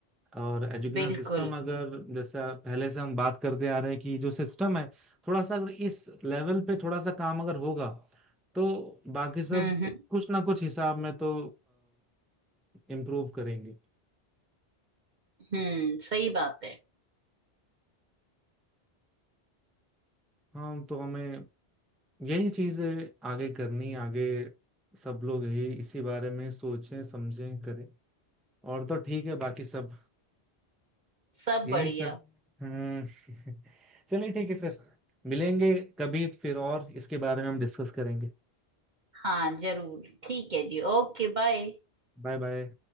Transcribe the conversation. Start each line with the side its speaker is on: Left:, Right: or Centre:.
Centre: और एजुकेशन
Right: बिल्कुल
Centre: सिस्टम अगर जैसे पहले से हम बात करते आ रहे हैं कि जो सिस्टम है थोड़ा सा अगर इस लेवल पे थोड़ा सा काम अगर होगा तो बाकी सब
Right: हम्म हम्म
Centre: कुछ ना कुछ हिसाब में तो इम्प्रूव करेंगे
Right: हम्म सही बात है
Centre: हाँ तो हमें यही चीजें आगे करनी आगे सब लोग यही इसी बारे में सोचें समझें करें और तो ठीक है बाकी सब
Right: सब
Centre: यही
Right: बढ़िया
Centre: सब हम्म <laughs> चलिए ठीक है फिर मिलेंगे कभी फिर और इसके बारे में हम डिस्कस करेंगे
Right: हाँ जरूर ठीक है जी ओके बाय
Centre: Bye bye